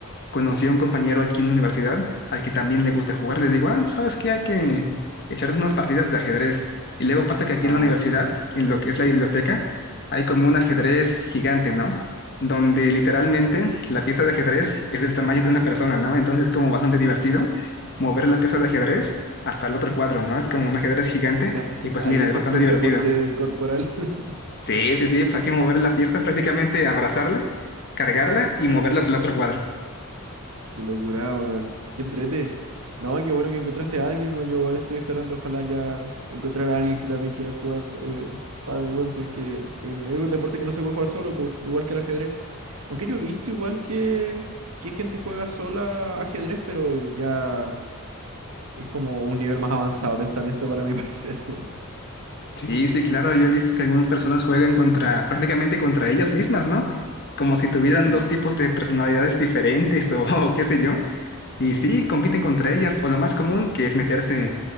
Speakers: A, on the left; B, on the right.
A: conocí a un compañero aquí en la universidad al que también le gusta jugar. Le digo, ah, pues sabes qué, hay que echarnos unas partidas de ajedrez. Y luego pasa que aquí
B: Ah,
A: en la universidad,
B: buena.
A: en lo que es la biblioteca, hay como un ajedrez gigante, ¿no? Donde literalmente la pieza de ajedrez es del tamaño de una persona, ¿no? Entonces es como bastante divertido mover la pieza de ajedrez hasta el otro cuadro, ¿no? Es como un ajedrez gigante
B: <laughs>
A: y pues
B: Ahí
A: mira,
B: ese
A: es bastante
B: full
A: divertido.
B: deporte corporal. <laughs>
A: Sí, sí, sí, pues hay que mover la pieza prácticamente, abrazarla, cargarla y moverla hasta el otro cuadro.
B: Qué locura, weón. Qué entrete. No, qué bueno que encontraste a alguien, weón. Yo igual estoy esperando, ojalá ya encontrar a alguien que también quiera jugar eh, pádel, weón, porque en- es un deporte que no se puede jugar solo, pues, igual que el ajedrez. Aunque yo he visto igual que, que gente juega sola ajedrez, pero ya es como un nivel más avanzado <laughs> de pensamiento para mi <laughs> parecer, weón.
A: Sí, sí, claro, yo he visto que algunas personas juegan contra, prácticamente contra ellas mismas, ¿no? Como si tuvieran
B: Sí,
A: dos tipos de personalidades diferentes o, <laughs> o qué sé yo. Y sí, compiten contra ellas. O lo más común, que es meterse,